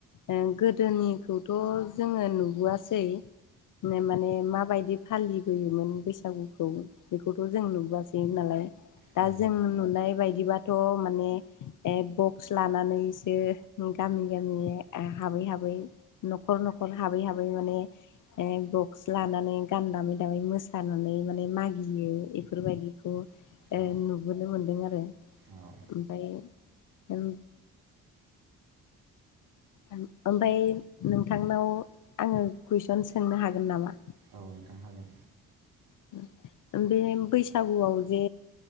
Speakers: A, on the left (about 50°); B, on the right (about 55°).
A: ओ गोदोनिखौथ' जोङो नुबोआसै ने माने माबायदि फालिबोयोमोन बैसागुखौ बेखौथ' जों नुुबोआसै नालाय दा
B: हागोन
A: जों
B: ना
A: नुनाय बायदिबाथ' मा ने ए बक्स लानानैसो गामि गामि हाबै हाबै न'खर न'खर हाबै हाबै माने बक्स लानानै गान दामै दामै मोसानानै माने मागियो एफोरबायदिखौ
B: औ
A: नुबोनो मोनदों आरो
B: औ
A: ओमफाय ओम ओमफाय नोंथांनाव आङो कुइसन सोंनो हागोन नामा
B: औ नोंथां हागोन
A: <unintelligible> बे बैसागुआव जे